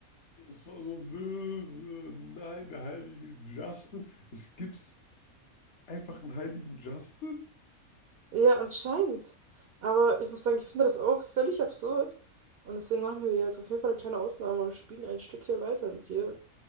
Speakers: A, on the left; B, on the right.
A: das war so böse. Nein, der heilige Justin. Es gibt's. Einfach einen heiligen Justin?
B: ja, anscheinend. Aber ich muss sagen, ich finde das auch völlig absurd. Und deswegen machen wir jetzt auf jeden Fall eine kleine Ausnahme und spielen ein Stückchen weiter mit dir,